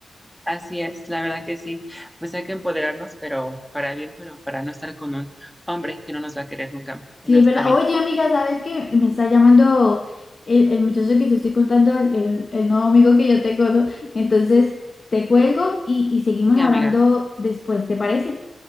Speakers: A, in the centre; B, on the left.
A: así es, la verdad que sí, pues hay que empoderarnos, pero para bien, pero para no estar con un hombre que no nos va a querer nunca en
B: Sí,
A: nuestra
B: es verdad.
A: vida.
B: Oye, amiga, ¿sabes qué? Me está llamando el, el muchacho que te estoy contando, el, el- el nuevo amigo que yo tengo, ¿no? Entonces, te cuelgo y, y seguimos
A: Sí,
B: hablando
A: amiga,
B: después, ¿te parece?